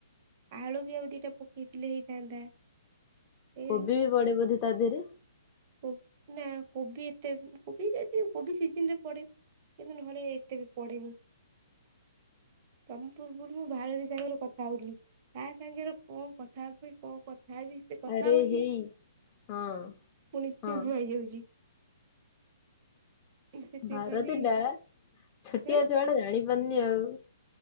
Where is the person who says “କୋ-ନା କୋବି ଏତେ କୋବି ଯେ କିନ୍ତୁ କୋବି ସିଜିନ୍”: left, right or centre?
Right